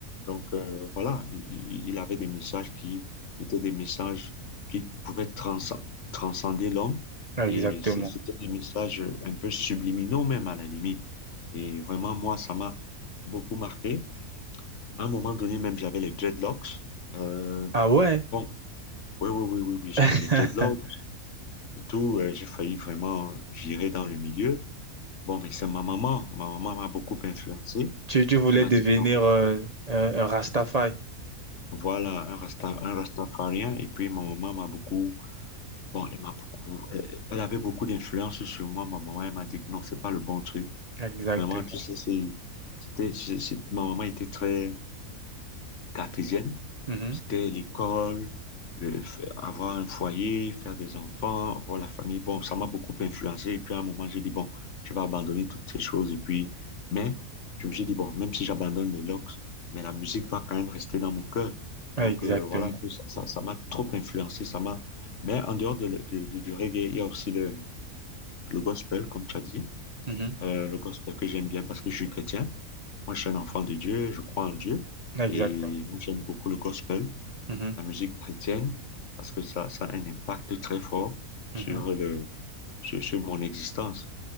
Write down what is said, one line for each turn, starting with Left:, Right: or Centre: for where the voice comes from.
Left: Donc euh, voilà, il, il- il avait des messages qui étaient des messages qui pouvaient trans- transcender l'homme
Right: Exactement.
Left: et c'est- c'était des messages un peu subliminaux même à la limite. Et vraiment, moi, ça m'a beaucoup marqué. À un moment donné, même, j'avais les dreadlocks. Euh,
Right: Ah ouais.
Left: bon, oui, oui, oui, oui, oui, j'avais
Right: <laughs>
Left: les dreadlocks et tout. euh, j'ai failli vraiment virer dans le milieu. Bon, mais c'est ma maman. Ma maman m'a beaucoup influencé.
Right: Tu, tu voulais
Left: Elle m'a
Right: devenir
Left: dit, non,
Right: euh, un un Rastafari.
Left: voilà, un rasta, un rastafarien. Et puis, ma maman m'a beaucoup, bon, elle m'a beaucoup, elle, elle avait beaucoup d'influence sur moi. Ma maman, elle m'a dit, que non, c'est pas le bon truc.
Right: Exactement.
Left: Vraiment, tu sais, c'est- c'était, c'est- c'est- ma maman était très cartésienne.
Right: Mhm,
Left: C'était l'école, le f- avoir un foyer, faire des enfants, voir la famille. Bon, ça m'a beaucoup influencé. Et puis à un moment, j'ai dit, bon, je vais abandonner toutes ces choses. Et puis, mais je me suis dit, bon, même si j'abandonne les locks, mais la musique va quand même rester dans mon cœur.
Right: Exactement.
Left: Donc euh, voilà, un peu ça, ça, ça m'a trop influencé. Ça m'a... Mais en dehors de, le- de- de- du reggae, il y a aussi le, le gospel, comme tu as dit.
Right: mhm,
Left: Euh, le gospel que j'aime bien parce que je suis chrétien. Moi, je suis un enfant de Dieu, je crois en Dieu.
Right: Exactement.
Left: Et moi, j'aime beaucoup le gospel
Right: mhm,
Left: la musique chrétienne, parce que ça, ça a un impact très fort sur
Right: mhm.
Left: le, sur, sur mon existence.